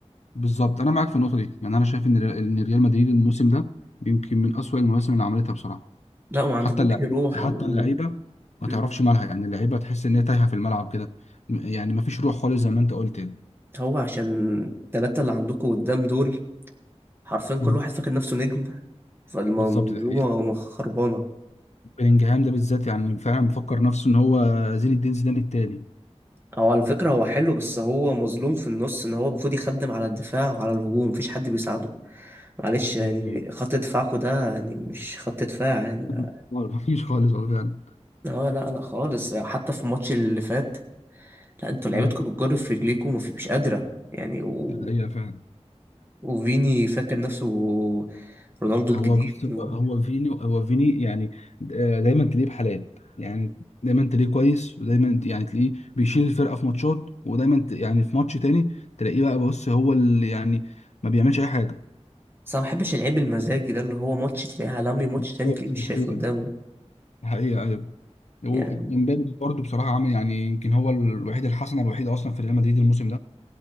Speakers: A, on the left; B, on the right.
A: بالظبط انا معاك في النقطه دي يعني انا شايف ان ري- ان ريال مدريد الموسم ده يمكن من اسوأ المواسم اللي عملتها بصراحه
B: لا وما عندكمش
A: حتى اللعيبه
B: روح
A: حتى
B: او
A: اللعيبه ما
B: مم.
A: تعرفش مالها يعني اللعيبه تحس ان هي تايهه في الملعب كده م- يعني ما فيش روح خالص زي ما انت قلت يعني
B: هو عشان التلاتة اللي عندكم قدام دول حرفيا كل
A: مم.
B: واحد فاكر نفسه نجم فالمنظومة
A: بالظبط ده حقيقة
B: مخربانة
A: بلينجهام ده بالذات يعني فعلا مفكر نفسه ان هو زين الدين زيدان التاني
B: هو على فكرة هو حلو بس هو مظلوم في النص ان هو المفروض يخدم على الدفاع وعلى الهجوم مفيش حد بيساعده معلش يعني
A: ايوه
B: خط دفاعكو ده يعني مش خط دفاع يعني ده
A: <laughs> مفيش خالص والله فعلا
B: اه لا لا خالص حتى في الماتش اللي فات لا انتوا
A: مم.
B: لعيبتكم بتجر في رجليكم ومفي- مش قادرة يعني و...
A: دي حقيقة فعلا
B: وفيني فاكر نفسه رونالدو
A: هو
B: الجديد
A: بص هو
B: و...
A: هو فيني هو فيني يعني آه، دايما تلاقيه بحالات يعني دايما تلاقيه كويس ودايما يعني تلاقيه بيشيل الفرقة في ماتشات ودايما ت- يعني في ماتش تاني تلاقيه بقى بص هو اللي يعني ما بيعملش أي حاجة
B: بس انا ما بحبش اللعيب المزاجي ده اللي هو ماتش تلاقيه عالمي ماتش
A: بالظبط
B: تاني تلاقيه مش
A: دي
B: شايف
A: حقيقة
B: قدامه
A: دي حقيقة أيوه
B: يعني
A: ومبابي برضه بصراحة عامل يعني يمكن هو الوحيد الحسنة الوحيدة أصلا في ريال مدريد الموسم